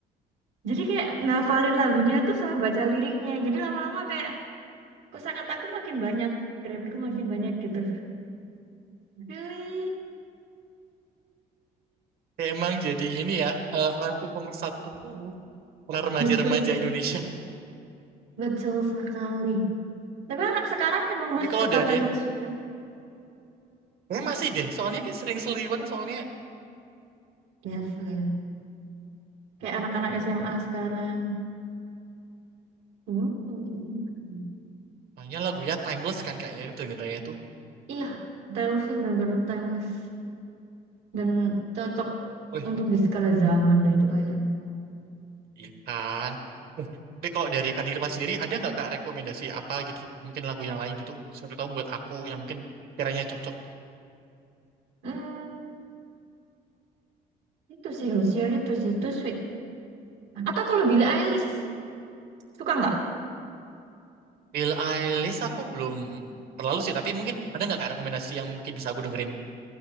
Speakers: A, on the right (about 85°); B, on the right (about 65°).
A: jadi kayak ngafalin lagunya tuh sama baca liriknya. Jadi lama-lama kayak kosakataku makin banyak, grammarku makin banyak gitu. Really?
B: Kayak emang jadi ini ya eh, ratu pemersatu para remaja-remaja
A: Betul,
B: Indonesia.
A: betul sekali. Tapi anak sekarang emang masih
B: Tapi kalau
A: suka
B: ada
A: Taylor
B: deh,
A: Swift.
B: ya masih deh. Soalnya kayak sering seliwan soalnya.
A: Yes, ya. Kayak anak-anak SMA sekarang. Hmm.
B: Soalnya lagunya timeless kan kayaknya dengernya itu.
A: Iya, Taylor Swift benar-benar timeless dan cocok
B: Oh,
A: untuk di skala zaman dah itu kayak.
B: Ikan. Eh, Tapi kalau dari Kak Nirma sendiri, ada nggak Kak rekomendasi apa gitu? Mungkin lagu yang lain gitu. Siapa tahu buat aku yang mungkin kiranya cocok.
A: Hmm, itu sih Hozier itu sih itu sweet. Atau kalau Billie Eilish suka nggak?
B: Bill Eilish aku belum terlalu sih, tapi mungkin ada nggak Kak rekomendasi yang mungkin bisa aku dengerin?